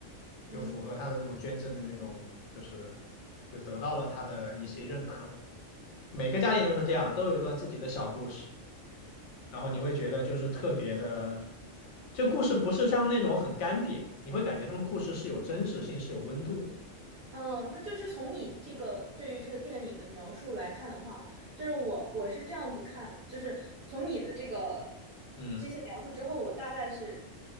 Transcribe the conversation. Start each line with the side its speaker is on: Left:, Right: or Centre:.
Right: 嗯
Left: 就符合他的这种捐赠的那种，就是就得到了他的一些认可。每个家庭都是这样，都有一段自己的小故事，然后你会觉得就是特别的，这故事不是像那种很干瘪，你会感觉他们故事是有真实性，是有温度的。
Right: 嗯，那就是从你这个对于这个电影的描述来看的话。就是我我是这样子看，就是从你的这个
Left: 嗯，
Right: 这些描述之后，我大概是